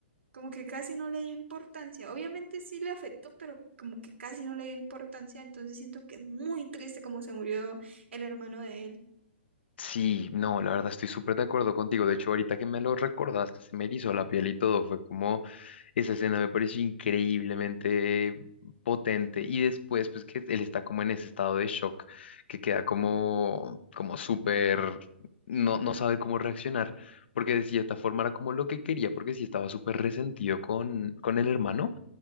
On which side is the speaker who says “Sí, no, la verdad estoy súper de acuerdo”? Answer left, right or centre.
Left